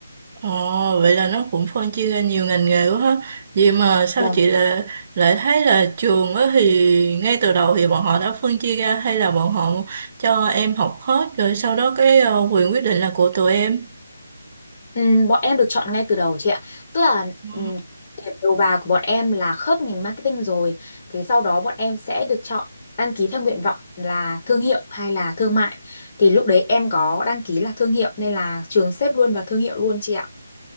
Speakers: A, on the right; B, on the left.
A: Ồ, vậy là nó cũng phân chia ra nhiều ngành nghề quá ha. Vậy mà sao
B: Vâng.
A: chị lại, lại thấy là trường á thì ngay từ đầu thì bọn họ đã phân chia ra hay là bọn họ cho em học hết rồi sau đó cái ờ, quyền quyết định là của tụi em.
B: Ừm, bọn em được chọn ngay từ đầu chị ạ. Tức là
A: Ừ.
B: ừm, điểm đầu vào của bọn em là khớp ngành marketing rồi. Thế sau đó bọn em sẽ được chọn đăng ký theo nguyện vọng là thương hiệu hay là thương mại. Thì lúc đấy em có đăng ký là thương hiệu nên là trường xếp luôn vào thương hiệu luôn chị ạ.